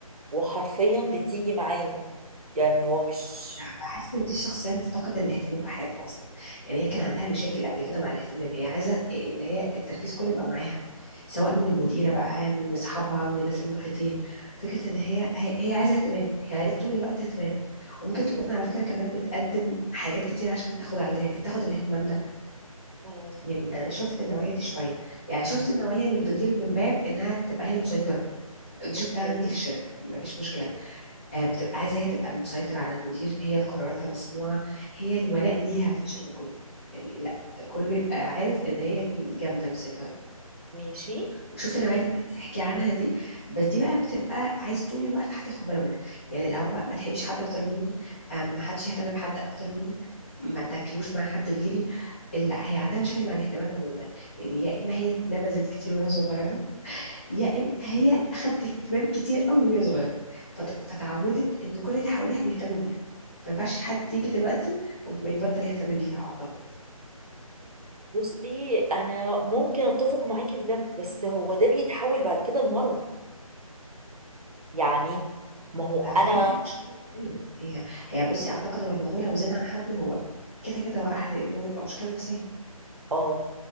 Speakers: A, on the right; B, on the left.
A: وحرفيا بتيجي معايا يعني هو مش
B: لا بحس ان دي الشخصيه مفتقده الاهتمام في حياتها اصلا يعني هي كان عندها مشاكل قبل كده مع الاهتمام هي عايزه ان هي التركيز كله يبقى معاها سواء من المديره بقى من اصحابها من الناس المحيطين فكره ان هي هي هي عايزه اهتمام هي عايزه طول الوقت اهتمام وممكن تكون على فكره كمان بتقدم حاجات كتير عشان تاخد على تاخد الاهتمام ده
A: مم.
B: يعني انا شفت النوعيه دي شويه يعني شفت النوعيه اللي بتغير من باب انها تبقى هي المسيطره دي
A: اوكي
B: شفتها عندي في الشركه مفيش مشكله آه، بتبقى عايزة هي تبقى المسيطر على المدير هي اللي قراراتها مسموعة هي الولاء ليها في الشركة كله يعني لا كله يبقى عارف ان هي الجامدة المسيطرة
A: ماشي
B: وشفت النوعية اللي انت بتحكي عنها دي بس دي بقى بتبقى عايز طول الوقت حد ياخد باله منها يعني اللي هو ما تحبيش حد اكتر مني آه، ما حدش يهتم بحد اكتر مني ما تاكلوش مع حد غيري لا هي عندها مشاكل مع الاهتمام عموما يعني يا اما هي اتنبذت كتير وهي صغيرة يا اما هي
A: اوكي
B: اخذت اهتمام كتير قوي وهي صغيره فت- فتعودت ان كل اللي حواليها بيهتموا بيها ما ينفعش حد يجي دلوقتي وما يبطل يهتم بيها اعتقد
A: بصي انا ممكن اتفق معاكي في ده بس هو ده بيتحول بعد كده لمرض يعني ما هو
B: على
A: انا
B: فكره هي مشكله نفسيه هي هي بصي اعتقد هو الموضوع لو زاد عن حد هو كده كده هو راح لانه يبقى مشكله نفسيه
A: اه